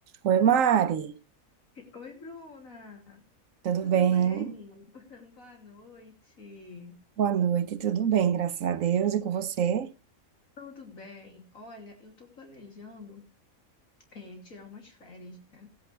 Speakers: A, on the right (about 70°); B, on the left (about 70°).
A: Oi, Mari.
B: Oi, Bruna!
A: Tudo
B: Tudo
A: bem?
B: bem? <laughs> Boa noite!
A: Boa noite, tudo bem, graças a Deus. E com você?
B: Tudo bem? Olha, eu tô planejando eh, tirar umas férias, né?